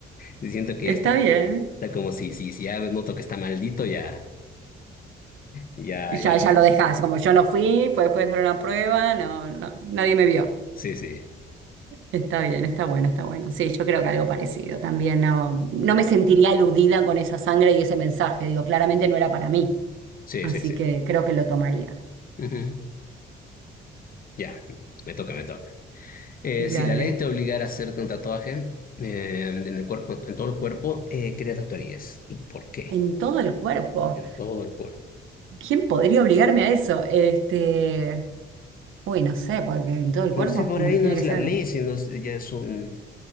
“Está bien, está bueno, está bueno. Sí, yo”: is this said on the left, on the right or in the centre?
Right